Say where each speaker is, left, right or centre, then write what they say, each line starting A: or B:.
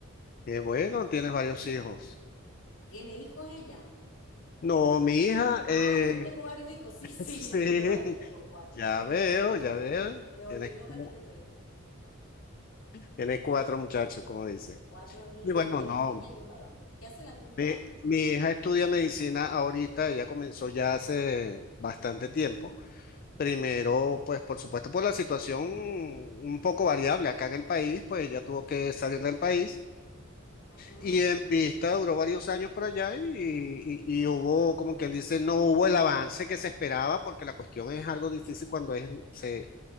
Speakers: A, on the left (about 45°); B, on the left (about 80°).
A: Qué bueno, tienes varios hijos.
B: ¿Tiene hijos ella?
A: No, mi hija,
B: Ah,
A: eh,
B: yo tengo varios hijos, <laughs> sí,
A: <laughs>
B: sí,
A: sí,
B: yo tengo varios, tengo cuatro,
A: ya
B: sí.
A: veo,
B: Me volví loca,
A: ya veo,
B: me, me volví
A: tienes,
B: loca
A: cu-
B: teniendo hijos.
A: tienes cuatro muchachos, como dicen.
B: Cuatro niñas,
A: Y bueno,
B: tres
A: no.
B: niñas y un varón. ¿Qué hace la tuya?
A: Mi, mi hija estudia medicina ahorita, ella comenzó ya hace bastante tiempo. Primero, pues por supuesto, por la situación un poco variable acá en el país, pues ella tuvo que salir del país
B: Ujú,
A: y en vista duró varios años por allá y, y- y hubo, como quien dice, no hubo el avance que se esperaba porque la cuestión es algo difícil cuando es, se,